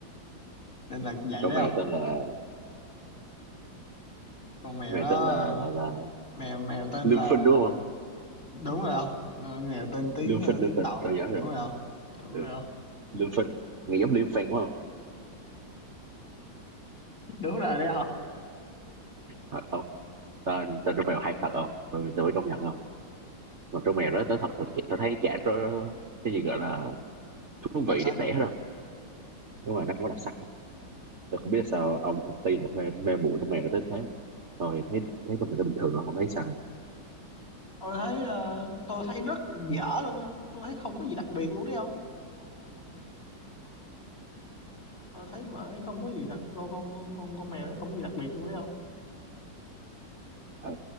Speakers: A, on the left; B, on the right.
A: nên là vậy
B: con
A: đấy
B: mèo
A: không
B: tên là
A: con mèo
B: mèo
A: đó
B: tên là
A: ờ,
B: là, là
A: mèo mèo tên
B: lương
A: là
B: Phinh đúng không
A: đúng rồi không Nó- mèo tên tiếng
B: lương
A: ờ,
B: Phinh lương
A: tiếng
B: Phinh
A: tàu
B: tôi nhớ
A: đúng
B: rồi
A: rồi không đúng
B: ừ.
A: rồi không
B: lương Phinh nghe giống liêm Phinh quá không
A: đúng rồi đấy không
B: thật không tên tên con mèo hay thật không tôi tôi mới công nhận không mà trong mèo đó tớ thật tớ, tớ thấy chả có cái gì gọi là thú
A: đặc
B: vị
A: sắc
B: đẹp
A: không
B: đẽ hết đâu đúng rồi nó không có đặc sắc tớ không biết sao ông ông Ti lại mê mê mụi trong mèo tới thế rồi thấy thấy trong mèo nó bình thường không thấy sao
A: tôi thấy ờ, tôi thấy rất dở luôn không tôi thấy không có gì đặc biệt luôn đấy không tôi thấy mà ấy không có gì đặc con con con con, con mèo đấy không có gì đặc biệt luôn đấy không
B: ờ